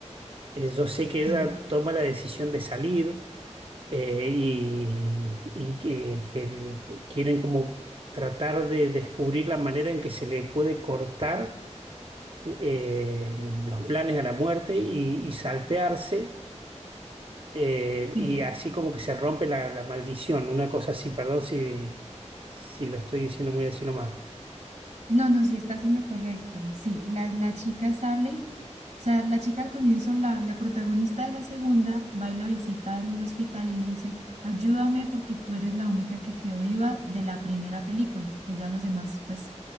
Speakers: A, on the right; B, on the right.
A: Eh, yo sé que ella
B: ¿Sí?
A: toma la decisión de salir eh, y, y que, que el- quieren como tratar de descubrir la manera en que se le puede cortar eh, los planes a la muerte y, y saltearse eh,
B: ¿Qué?
A: y así como que se rompe la, la maldición, una cosa así, perdón si, si lo estoy diciendo muy así nomás.
B: No, no, sí, estás en lo correcto. Sí, la, la chica sale. sea, la chica al comienzo, la, la protagonista de la segunda, va y la visita al hospital y le dice, ayúdame porque tú eres la única que quedó viva de la primera película, que ya los demás, pues,